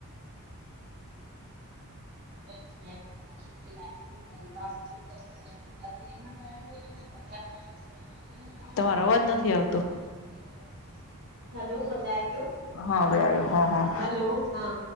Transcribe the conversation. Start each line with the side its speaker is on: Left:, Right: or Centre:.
Right: <inaudible> <inaudible>
Left: તમારે
Right: હાથ
Left: અવાજ
Right: લોકો
Left: નથી
Right: કેટલા
Left: આવતો.
Right: પરેશાન થઈ રહ્યા હલો બધા યો,
Left: હા હવે આવ્યો હા હા
Right: હેલો હા